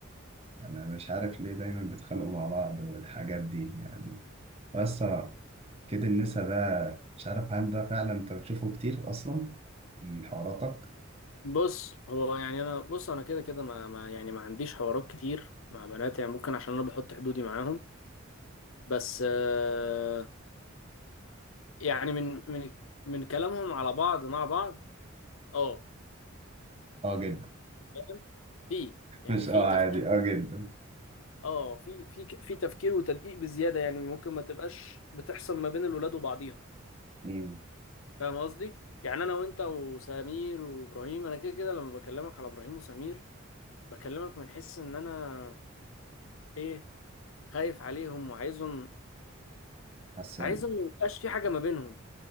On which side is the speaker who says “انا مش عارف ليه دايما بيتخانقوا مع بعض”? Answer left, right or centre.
Right